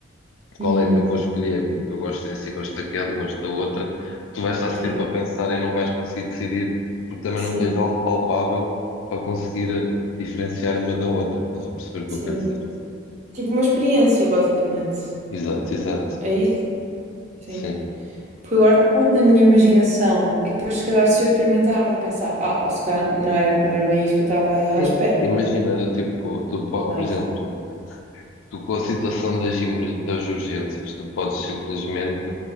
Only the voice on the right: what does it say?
Uhum.
sim,
sim,
sim.
Tipo uma experiência, basicamente.
É isso? Sim.
Porque agora está muito na minha imaginação e depois, se calhar, se eu experimentar, vou pensar, ah, ou se calhar não era, não era bem isto que eu estava
à espera.
Verdade.